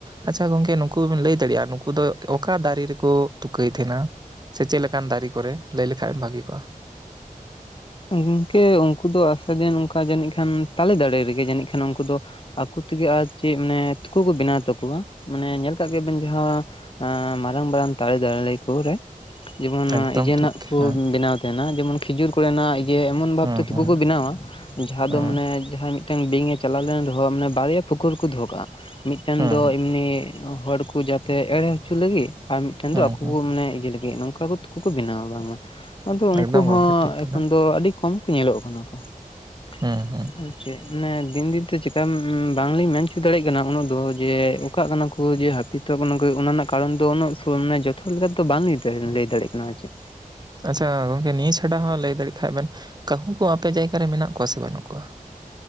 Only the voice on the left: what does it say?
ᱜᱚᱝᱠᱮ ᱩᱱᱠᱩ ᱫᱚ ᱟᱥᱟ ᱡᱤᱱ ᱚᱱᱠᱟ ᱡᱟᱹᱱᱤᱡ ᱠᱷᱟᱱ ᱛᱟᱞᱮ ᱫᱟᱲᱮ ᱨᱮᱜᱮ ᱡᱟᱹᱱᱤᱡ ᱠᱷᱟᱱ ᱩᱱᱠᱩ ᱫᱚ ᱾ ᱟᱠᱚ ᱛᱮᱜᱮ ᱟᱨ ᱪᱮᱫ ᱢᱟᱱᱮ ᱛᱤᱠ ᱠᱚ ᱵᱮᱱᱟᱣ ᱛᱟᱠᱚᱣᱟ ᱾ ᱢᱟᱱᱮ ᱧᱮᱞ ᱠᱟᱜ ᱜᱮᱭᱟᱵᱮᱱ ᱡᱟᱦᱟᱸᱻ ᱢᱟᱨᱟᱝ ᱢᱟᱨᱟᱝ ᱛᱟᱞᱮ ᱫᱟᱲᱤ ᱠᱚ ᱨᱮ ᱡᱮᱢᱚ
ᱤᱭᱟᱹ ᱨᱮᱱᱟᱜ
ᱠᱚ
ᱵᱮᱱᱟᱣ ᱛᱟᱦᱮᱱᱟ ᱡᱮᱢᱚᱱ ᱠᱷᱤᱡᱩᱨ ᱠᱚᱨᱮᱱᱟᱜ ᱡᱮ ᱮᱢᱚᱱ ᱵᱷᱟᱵᱛᱮ
ᱛᱩᱠᱟᱹ
ᱠᱚ ᱵᱮᱱᱟᱣᱟ ᱡᱟᱦᱟᱸ
ᱫᱚ ᱢᱟᱱᱮ ᱡᱟᱦᱟᱸᱭ ᱢᱤᱫᱴᱟᱝ ᱵᱤᱝ ᱮ ᱪᱟᱞᱟᱣ ᱞᱮᱱ ᱨᱮᱦᱚᱸ ᱢᱟᱱᱮ ᱵᱟᱨᱭᱟ ᱯᱷᱩᱠᱩᱨ ᱠᱚ ᱫᱚᱦᱚ ᱠᱟᱜᱼᱟ, ᱢᱤᱫᱴᱮᱱ
ᱫᱚ ᱮᱢᱱᱤ ᱦᱚᱲᱠᱩ ᱡᱟᱛᱮ ᱮᱲᱮ ᱦᱚᱪᱚ ᱞᱟᱹᱜᱤᱫ ᱟᱨ ᱢᱤᱫᱴᱮᱱ
ᱫᱚ ᱟᱠᱚ
ᱢᱟᱱᱮ ᱤᱭᱟᱹ ᱞᱟᱹᱜᱤᱫ ᱾ ᱱᱚᱝᱠᱟ ᱠᱚ ᱛᱩᱠᱟᱹ ᱵᱮᱱᱟᱣᱟ ᱵᱟᱝᱢᱟ ᱾ ᱟᱫᱚ
ᱩᱱᱠᱩ ᱦᱚᱸᱻ
ᱟᱹᱰᱤ ᱠᱚᱢ ᱠᱚ ᱧᱮᱞᱚᱜ ᱠᱟᱱᱟ ᱠᱚ ᱾
ᱪᱮᱫ ᱢᱮ ᱫᱤᱱ ᱫᱤᱱᱛᱮ ᱪᱮᱠᱟ ᱵᱟᱝᱞᱤᱧ ᱢᱮᱱ ᱚᱪᱚ ᱫᱟᱲᱮᱭᱟᱜ ᱠᱟᱱᱟ ᱩᱱᱟᱹᱜ ᱫᱚ ᱡᱮ ᱚᱠᱟᱜ ᱠᱟᱱᱟ ᱠᱚ ᱡᱮ ᱦᱟᱹᱯᱤᱫ ᱛᱚ ᱚᱱᱟ ᱨᱮᱱᱟᱜ ᱠᱟᱨᱚᱱ ᱫᱚ ᱩᱱᱟᱹᱜ ᱡᱚᱛᱚ ᱞᱮᱠᱟ ᱫᱚ ᱵᱟᱝ ᱞᱟᱹᱭ ᱫᱟᱲᱮᱭᱟᱜ ᱠᱟᱱᱟ ᱟᱨ ᱪᱮᱫ